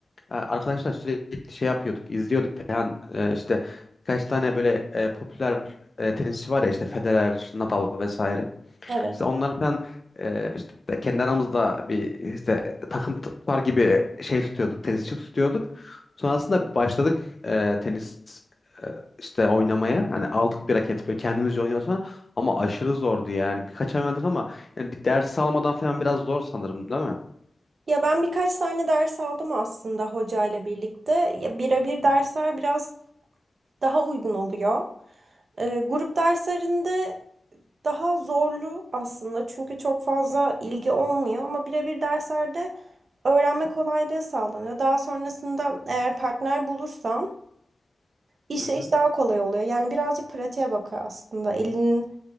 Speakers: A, on the left (about 35°); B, on the right (about 85°).
A: e, arkadaşlar sürekli şey yapıyorduk, izliyorduk falan. E, işte birkaç tane böyle e, popüler e, tenisçi var ya işte Federer, Nadal vesaire.
B: Evet.
A: İşte onları ben e, işte kendi aramızda bir işte takım tutar gibi şey tutuyorduk, tenisçi tutuyorduk. Sonrasında başladık e, tenis e, işte oynamaya. Hani aldık bir raket böyle kendimizce oynuyoruz falan. Ama aşırı zordu yani. Birkaç ay oynadık ama yani bir ders almadan falan biraz zor sanırım değil mi?
B: Ya ben birkaç tane ders aldım aslında hocayla birlikte. Ya birebir
A: Hı
B: dersler biraz daha uygun oluyor. Ee, grup derslerinde daha zorlu aslında çünkü çok fazla ilgi olmuyor ama birebir derslerde öğrenme kolaylığı sağlanıyor. Daha sonrasında eğer partner bulursam işte
A: hı. hı.
B: iş daha kolay oluyor. Yani birazcık pratiğe bakıyor aslında. Elinin